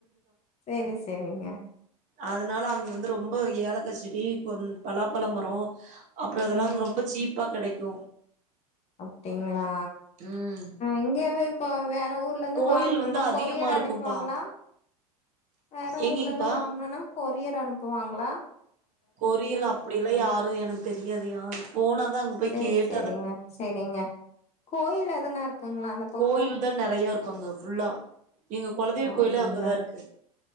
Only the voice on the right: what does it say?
அதனால அங்க வந்து ரொம்ப ஏலக்காச் செடி கொ பலாப்பழ மரோ அப்றோ அதெல்லா
அங்க ரொம்ப சீப்பா கெடைக்கு
ம்
கோயில்
வந்து அதிகமா
இருக்கும்பா
எங்கேங்ப்பா
கொரியர்லா அப்டில்லா யாரு எனக்கு தெரியாது யா போனாதா அங்கப்போய்
கேட்
கோயில்தா நெறைய இருக்கு அங்க ஃபுல்லா எங்க கொல தெய்வ
கோயிலே
அங்கதா இருக்கு